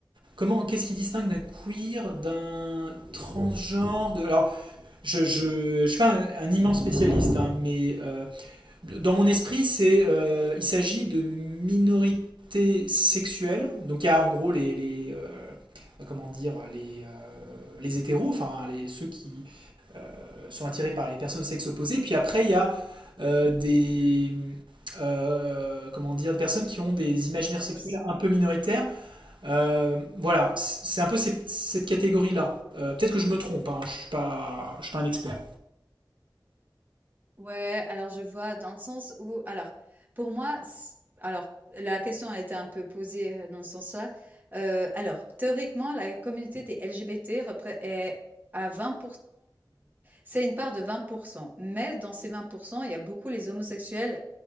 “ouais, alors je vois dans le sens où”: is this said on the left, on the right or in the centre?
Right